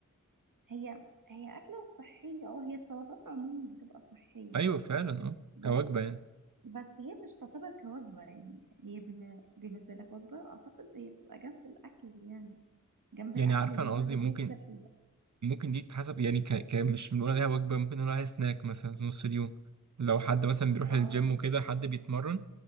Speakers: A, on the right (about 75°); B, on the right (about 60°).
A: هي هي اكله صحيه اه هي السلطات عموما بتبقى صحيه
B: ايوه
A: يعني
B: فعلا اه
A: بس
B: كوجبه يعني
A: بس هي مش تعتبر كوجبة يعني هي بن- بالنسبة لك وجبة أعتقد هي بتبقى جنب الأكل يعني جنب
B: يعني
A: الأكل
B: عارفه
A: اللي
B: انا
A: هو
B: قصدي
A: الغير
B: ممكن
A: صحي بقى
B: ممكن دي تتحسب يعني ك... ك... مش بنقول عليها وجبه ممكن نقول عليها سناك مثلا في نص اليوم لو حد مثلا بيروح
A: اه
B: الجيم وكده حد بيتمرن